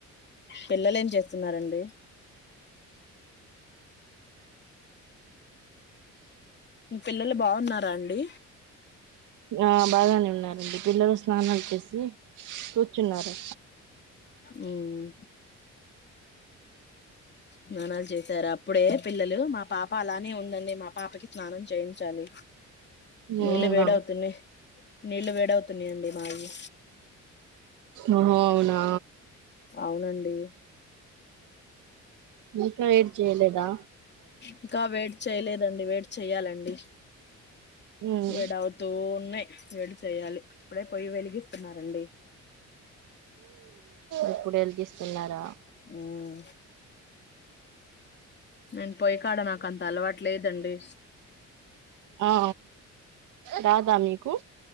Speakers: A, on the left (about 35°); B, on the right (about 85°).
A: పిల్లలు ఏం చేస్తున్నారండి మీ పిల్లలు బాగున్నారా అండి
B: ఆ బాగానే ఉన్నారండి పిల్లలు స్నానం చేసి కూర్చున్నారు
A: మ్మ్ స్నానాలు చేశారా ఇప్పుడే పిల్లలు మా పాప అలానే ఉందండి మా పాపకి స్నానం చేయించాలి నీళ్ళు
B: ఉమ్
A: వేడవుతున్నాయి నీళ్ళు వేడవు తున్నాయి అండి మావి
B: ఓహో అవునా
A: అవునండి
B: ఇంకా వేడి చేయలేదా
A: ఇంకా వేడి చేయలేదండి వేడి చెయ్యాలండి
B: ఉమ్
A: వేడి అవుతూ ఉన్నాయి వే చెయ్యాలి ఇప్పుడే పొయ్యి వెలిగిస్తున్నారండి
B: ఇప్పుడు వెలిగిస్తున్నారా
A: మ్మ్ నన్ పోయి కాడ నాకు అంత అలవాటు లేదండి
B: ఆ రాదా మీకు